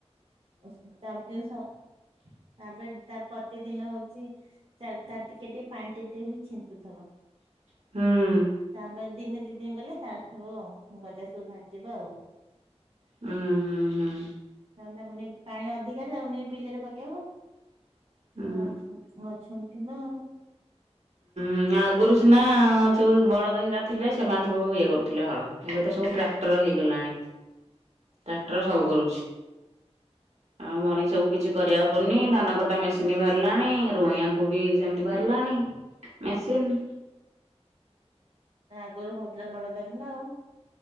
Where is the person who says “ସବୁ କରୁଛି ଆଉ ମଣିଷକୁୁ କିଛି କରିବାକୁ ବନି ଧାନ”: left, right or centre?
Right